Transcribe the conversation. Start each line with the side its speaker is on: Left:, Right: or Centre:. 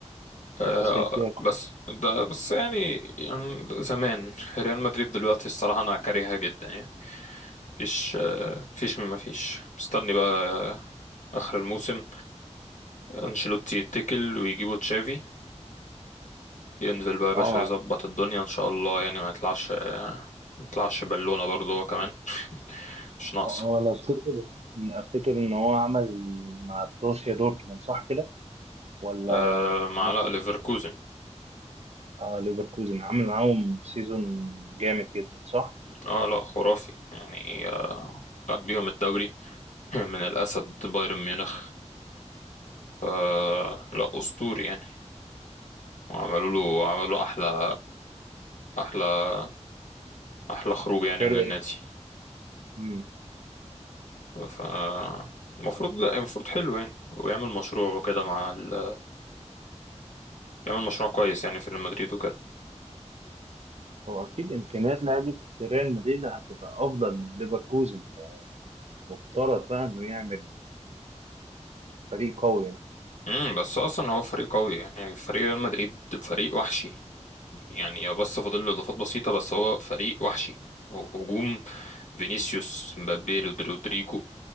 Left: آه،
Right: تفاصيل فيها كت-
Left: بس ده بس يعني, يعني زمان ريال مدريد دلوقتي الصراحة أنا كارهها جدا يعني مفيش آه، مفيش مما فيش مستني بقى آه، آخر الموسم انشيلوتي يتكل ويجيبوا تشافي ينزل بقى يا باشا
Right: اه
Left: يظبط الدنيا ان شاء الله يعني ما يطلعش آه، ما يطلعش بالونة برضه هو كمان <laughs> مش ناقصة
Right: هو لو تفتكر افتكر ان هو عمل مع بروسيا دورتموند صح كده ولا
Left: آه
Right: مع
Left: مع
Right: نادي
Left: لا ليفركوزن
Right: تاني اه ليفركوزن عمل معاهم سيزون جامد جدا صح
Left: اه لا خرافي يعني آه خد بيهم الدوري <laughs> من الأسد بايرن ميونخ آه لا أسطوري يعني وعملوا له عملوا أحلى أحلى أحلى خروج يعني
Right: حلو
Left: من النادي
Right: امم
Left: ف المفروض لا المفروض حلو يعني ويعمل مشروع وكده مع ال... يعمل مشروع كويس يعني في ريال مدريد وكده
Right: هو اكيد امكانيات لعيبه ريال مدريد هتبقى افضل من ليفركوزن فمفترض بقى انه يعمل فريق قوي يعني
Left: امم بس اصلا هو فريق قوي يعني فريق ريال مدريد فريق وحشي يعني بس فاضل له اضافات بسيطه بس هو فريق وحشي هو هجوم فينيسيوس مبابي رود- رودريجو